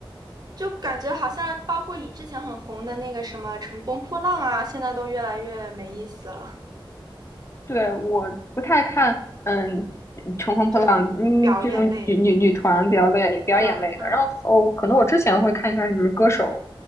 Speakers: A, on the right (about 45°); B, on the left (about 30°).
A: 就感觉好像包括以之前很红的那个什么《乘风破浪》啊，现在都越来越没意思了。
B: 对，我不太看，
A: 嗯，
B: 嗯，乘风破浪，
A: 这种表演类的，
B: 嗯，这种女女女团比较类表演类的。
A: 嗯嗯嗯
B: 然后，哦可能我之前会看一下就是歌手，